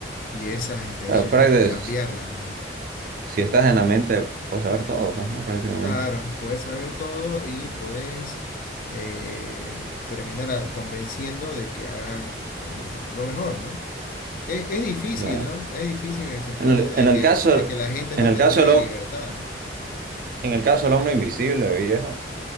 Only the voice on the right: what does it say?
Claro, prácti-
si estás en la mente, puedes saber todo, pues, ¿no? Prácticamente.
Claro.
En el,
en el
caso,
en
el
caso del, hom-
en el caso del hombre invisible, viejo,